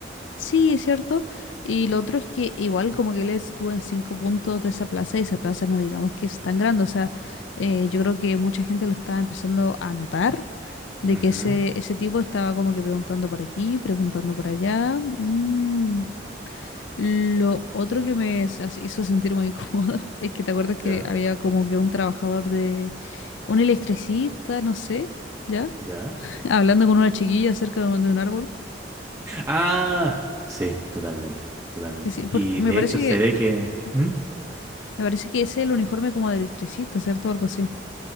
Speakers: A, on the left (about 85°); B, on the right (about 15°).
A: Sí, es cierto. Y lo otro es que igual como que él estuvo en cinco puntos de esa plaza y esa plaza no digamos que es tan grande. O sea, eh, yo creo que mucha gente lo estaba empezando a notar de
B: Ujú,
A: que ese, ese tipo estaba como que preguntando por aquí, preguntando por allá. Mm. Lo otro que me s- as- hizo sentir muy incómoda <laughs> es que te acuerdas que
B: ya,
A: había como que un trabajador de un electricista, no sé, ¿ya?
B: ya.
A: <laughs> Hablando con una chiquilla cerca de un de un árbol.
B: Ah, sí, totalmente, totalmente.
A: Sí, sí, porque
B: Y
A: me
B: de
A: parece
B: hecho
A: que...
B: se ve que...
A: ¿Mm?
B: ¿Mm?
A: Me parece que ese es el uniforme como de electricista, ¿cierto? Algo así.